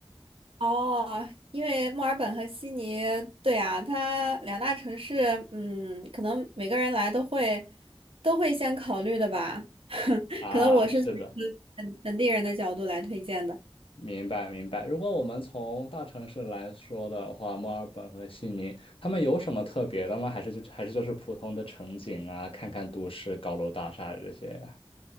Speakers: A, on the right; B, on the left.
A: 哦，因为墨尔本和悉尼，对啊，它两大城市，嗯，可能每个人来都会都会先考虑的吧。<laughs>
B: <laughs> 啊，
A: 可能我是从一个本本地人的角度来推荐的。
B: 是的。明白明白。如果我们从大城市来说的话，墨尔本和悉尼，他们有什么特别的吗？还是就还是就是普通的城景啊，看看都市高楼大厦这些呀？